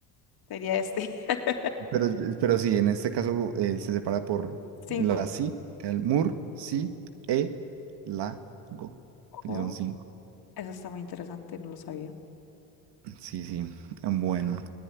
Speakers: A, on the left (about 50°); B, on the right (about 55°).
A: sería este. <laughs>
B: Pero, pero sí, en este caso eh, se separa por la
A: Cinco.
B: si, el mur, si, e, la, go. Y
A: Oh,
B: son cinco.
A: eso está muy interesante, no lo sabía.
B: Sí, sí. Bueno.